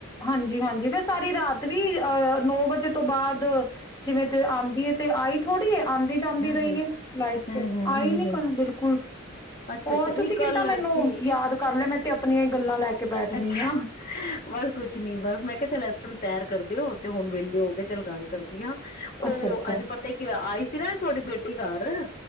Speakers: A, on the left; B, on the left.
A: ਹਾਂਜੀ-ਹਾਂਜੀ, ਫਿਰ ਸਾਰੀ ਰਾਤ ਵੀ ਆ ਨੌ ਵਜੇ ਤੋਂ ਬਾਅਦ ਜਿਵੇਂ ਤੇ ਆਂਦੀ ਏ ਤੇ ਆਈ ਥੋੜ੍ਹੀ ਐ। ਆਂਦੀ ਜਾਂਦੀ
B: ਹੂੰ
A: ਰਹੀ
B: ਹੂੰ
A: ਏ ਲਾਈਟ
B: ਹੂੰ
A: ਤੇ
B: ਹੂੰ
A: ਆਈ
B: ਹੂੰ
A: ਨਹੀ
B: ਹੂੰ
A: ਕੱਲ ਬਿਲਕੁਲ।
B: ਅੱਛਾ
A: ਹੋਰ
B: ਅੱਛਾ
A: ਤੁਸੀਂ
B: ਨਹੀਂ ਕੱਲ
A: ਕਿੱਦਾਂ ਮੈਨੂੰ
B: ਅਸੀਂ
A: ਯਾਦ ਕਰ ਲਿਆ ਮੈਂ ਤੇ ਆਪਣੀਆਂ ਹੀ ਗੱਲਾਂ ਲੈ ਕੇ ਬੈਠ
B: ਅੱਛਾ,
A: ਗਈ ਆ।
B: ਬਸ ਕੁਛ ਨੀ ਬਸ ਮੈਂ ਕਿਹਾ ਚੱਲ ਇਸ ਟਾਇਮ ਸੈਰ ਕਰਦੇ ਓ ਤੇ ਹੁਣ ਵਿਹਲੇ ਹੋ ਕੇ ਚੱਲ ਗੱਲ ਕਰਦੀ ਆਂ।
A: ਅੱਛਾ
B: ਉਹ
A: ਅੱਛਾ।
B: ਅੱਜ ਪਤਾ ਕਿ ਹੋਇਆ ਆਈ ਸੀ ਨਾ ਤੁਹਾਡੀ ਬੇ ਘਰ